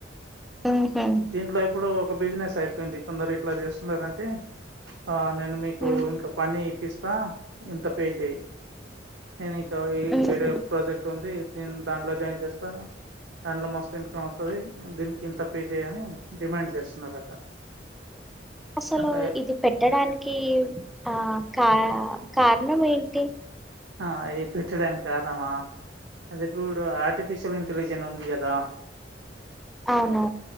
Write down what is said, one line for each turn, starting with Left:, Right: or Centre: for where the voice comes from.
Centre: ఉహు
Right: దీంట్లో ఇప్పుడు ఒక బిజినెస్ అయిపోయింది. కొందరు ఇట్లా చేస్తున్నారంటే ఆ నేను మీకు
Centre: ఉమ్
Right: ఇంకా పని ఇప్పిస్తా ఇంత పే చెయి నేనింక ఈ
Centre: ఉహు
Right: వేరే ప్రాజెక్ట్ ఉంది. దీ దాంట్లో జాయిన్ చేస్తా దాంట్లో మస్తు ఇన్కమ్ వస్తది. దీనికి ఇంత పే చెయ్ ఆని డిమాండ్ చేస్తున్నారట
Centre: అసలు
Right: అట్లా
Centre: ఇది పెట్టడానికి ఆ కా కారణం ఏంటి
Right: ఆ అవి పెట్టడానికి కారణమా అది ఇప్పుడు ఆర్టిఫిషియల్ ఇంటెలిజెన్స్ ఉంది కదా
Centre: అవును